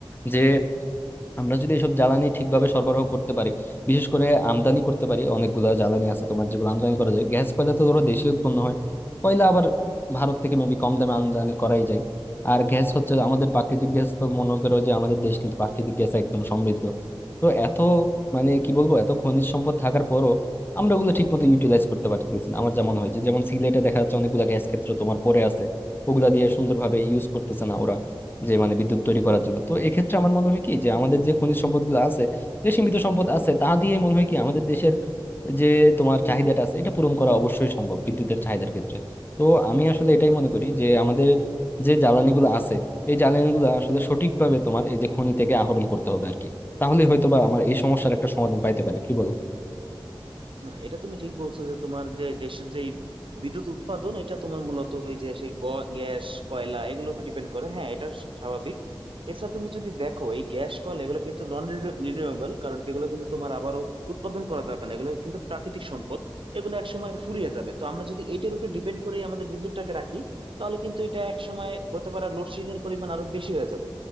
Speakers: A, on the left; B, on the right.
A: যে আমরা যদি এসব জ্বালানি ঠিকভাবে সরবরাহ করতে পারি বিশেষ করে আমদানি করতে পারি অনেকগুলা জ্বালানি আছে তোমার যেগুলো আমদানি করা যায় গ্যাস কয়লা তো ধরো দেশে উৎপন্ন হয় কয়লা আবার ভারত থেকে মেবি কম দামে আমদানি করাই যায় আর গ্যাস হচ্ছে আমাদের প্রাকৃতিক গ্যাস তো মনে করো যে আমাদের দেশ কিন্তু প্রাকৃতিক গ্যাস একদম সমৃদ্ধ তো এত মানে কি বলবো এত খনিজ সম্পদ থাকার পরও আমরা ওগুলো ঠিক মতো ইউটিলাইজ করতে পারতেছি না আমার যেমন হয় যে যেমন সিলেটে দেখা যাচ্ছে অনেকগুলো গ্যাস ক্ষেত্র তোমার পড়ে আছে ওগুলা দিয়ে সুন্দরভাবে ইউজ করতেছে না ওরা যে মানে বিদ্যুৎ তৈরি করার জন্য তো এক্ষেত্রে আমার মনে হয় কি যে আমাদের যে খনিজ সম্পদগুলো আছে যে সীমিত সম্পদ আছে তা দিয়ে মনে হয় কি আমাদের দেশের যে তোমার চাহিদাটা আছে এটা পূরণ করা অবশ্যই সম্ভব বিদ্যুতের চাহিদার ক্ষেত্রে তো আমি আসলে এটাই মনে করি যে আমাদের যে জ্বালানিগুলো আছে এই জ্বালানিগুলো আসলে সঠিকভাবে তোমার এই যে খনি থেকে আহরণ করতে হবে আর কি তাহলে হয়তো বা আমার এই সমস্যার একটা সমাধান পাইতে পারে কি বলো
B: না এটা তুমি ঠিক বলছো যে তোমার যে দেশের যে এই বিদ্যুৎ উৎপাদন এটা তোমার মূলত ওই যে সেই গ- গ্যাস কয়লা এগুলোর উপর ডিপেন্ড করে হ্যাঁ এটা স্বাভাবিক এছাড়া তুমি যদি দেখো এই গ্যাস কয়লা এগুলো কিন্তু নন রিনিউয়েবল কারণ কি এগুলো কিন্তু তোমার আবারও উৎপাদন করা যাবে না এগুলো কিন্তু প্রাকৃতিক সম্পদ এগুলো এক সময় ফুরিয়ে যাবে তো আমরা যদি এইটার উপর ডিপেন্ড করে আমাদের বিদ্যুৎটাকে রাখি তাহলে কিন্তু এটা এক সময় হতে পারে লোডশেডিং এর পরিমাণ আরো বেশি হয়ে যাবে